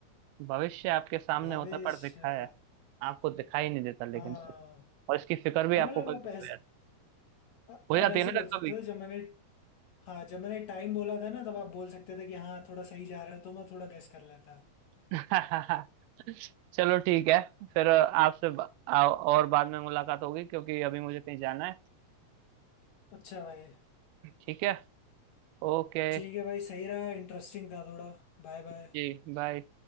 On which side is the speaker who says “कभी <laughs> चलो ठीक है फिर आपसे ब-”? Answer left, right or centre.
Right